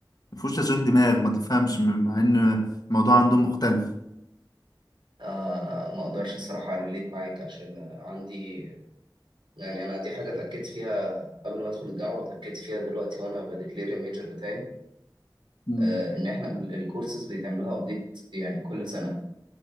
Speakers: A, on the left; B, on the right.
A: ما فيهوش تشغيل دماغ ما تفهمش مع ان الموضوع عندهم مختلف
B: آه ما اقدرش الصراحه ريليت معاك عشان عندي يعني انا دي حاجه اتاكدت فيها قبل ما ادخل الجامعه واتاكدت فيها دلوقتي وانا بديكلير الميجر بتاعي
A: مم.
B: آه ان احنا ال- الكورسز بيتعمل لها ابديت يعني كل سنه